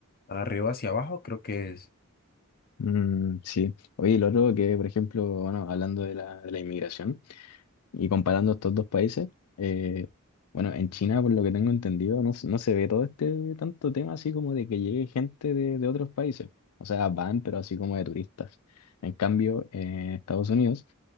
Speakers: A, on the left; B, on the left.
A: arriba hacia abajo, creo que es.
B: Mm, sí. Oye, lo otro que, por ejemplo, bueno, hablando de la, de la inmigración. Y comparando estos dos países, eh, bueno, en China, por lo que tengo entendido, no, se- no se ve todo este tanto tema así como de que llegue gente de, de otros países. O sea, van, pero así como de turistas. En cambio, en Estados Unidos